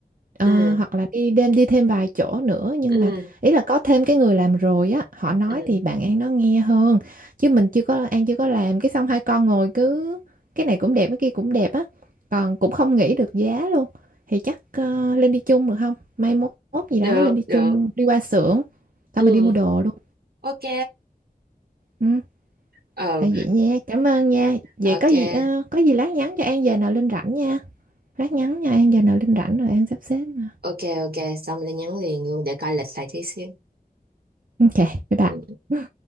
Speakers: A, on the right; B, on the right.
A: Ờ,
B: ừ
A: hoặc là đi đêm đi thêm vài chỗ nữa nhưng
B: ừ
A: mà ý là có thêm cái người làm rồi á họ nói
B: ừ
A: thì bạn An nó nghe hơn chứ mình chưa có An chưa có làm cái xong hai con ngồi cứ cái này cũng đẹp cái kia cũng đẹp á còn cũng không nghĩ được giá luôn thì chắc ờ, lên đi chung được không mai mốt mốt gì đó
B: được
A: lên đi chung
B: được
A: đi qua xưởng xong
B: ừ
A: mình đi mua đồ luôn
B: ok
A: ừ.
B: ờ
A: À, vậy nha cảm ơn nha vậy
B: ok
A: có gì ờ, có gì lát nhắn cho An giờ nào Linh rảnh nha Lát nhắn nha, An giờ nào Linh rảnh rồi An sắp xếp mà.
B: ok ok xong lên nhắn liền luôn để coi lịch lại tí xíu
A: Ok, bye bye.
B: Ừ.